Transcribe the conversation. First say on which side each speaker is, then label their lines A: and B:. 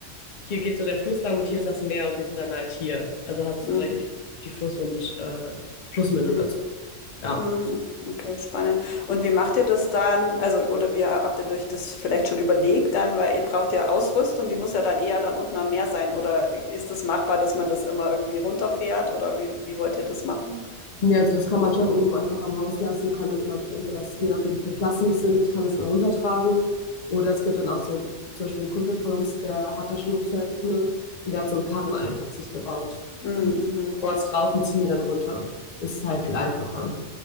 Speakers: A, on the left; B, on the left.
A: hier geht so der Fluss lang und hier ist das Meer und wir sind dann halt hier. Also hat so
B: Mhm.
A: direkt die Fluss- und äh, Flussmündung
B: Mhm.
A: dazu. Ja.
B: Mhm, Okay, spannend. Und wie macht ihr das dann? Also, oder wie habt ihr euch das vielleicht schon überlegt dann, weil ihr braucht ja Ausrüstung, die muss ja dann eher dann unten am Meer sein. Oder ist es machbar, dass man das immer irgendwie runterfährt? Oder wie, wie wollt ihr das machen?
A: Ja, also das kann man schon oben einfach am Haus lassen, kann dann immer, entweder das, je nachdem wie viele Klassen es sind, kann das dann runtertragen. Oder es gibt dann auch so, zum Beispiel ein Kumpel von uns, der hat da schon eine Surfschule und der hat so einen Karren einfach sich gebaut.
B: Mhm.
A: Und
B: mhm.
A: Boards drauf und ziehen die dann runter. ist halt viel einfacher.